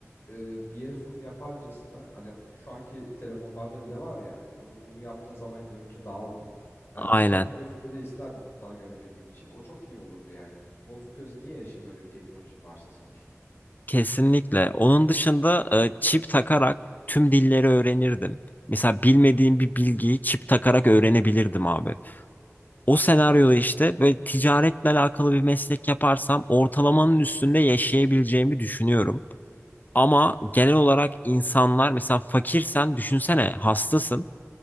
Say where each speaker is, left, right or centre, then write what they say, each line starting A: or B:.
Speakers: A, on the left (about 50°); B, on the left (about 35°).
A: e, bir yere zoom yaparcasına hani şu anki telefonlarda bile var ya o zoom'u yaptığın zaman görüntü dağılmıyor. Hani
B: Aynen.
A: onu kendi gözümde de isterdim uzağı göremediğim için. O çok iyi olurdu yani. Bozuk gözle niye yaşayayım öyle bir teknolojim varsa sonuçta.
B: Kesinlikle. Onun dışında e, çip takarak tüm dilleri öğrenirdim. Mesela bilmediğim bir bilgiyi çip takarak öğrenebilirdim abi. O senaryoda işte böyle ticaretle alakalı bir meslek yaparsam ortalamanın üstünde yaşayabileceğimi düşünüyorum. Ama genel olarak insanlar mesela fakirsen düşünsene hastasın,